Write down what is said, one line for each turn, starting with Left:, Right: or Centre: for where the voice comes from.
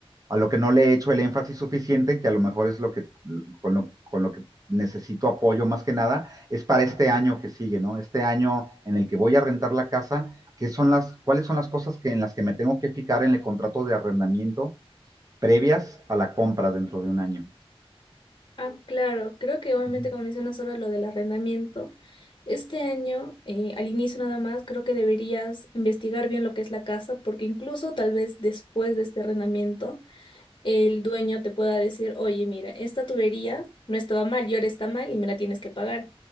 Right: a lo que no le he hecho el énfasis suficiente, que a lo mejor es lo que, con lo, con lo que necesito apoyo más que nada, es para este año que sigue, ¿no? Este año en el que voy a rentar la casa, ¿qué son las, cuáles son las cosas que, en las que me tengo que fijar en el contrato de arrendamiento previas a la compra dentro de un año?
Left: Ah, claro, creo que obviamente
Right: Ujú.
Left: como mencionas ahora lo del arrendamiento, este año, eh, al inicio nada más, creo que deberías investigar bien lo que es la casa, porque incluso tal vez después de este arrendamiento, el dueño te pueda decir, oye, mira, esta tubería no estaba mal y ahora está mal y me la tienes que pagar.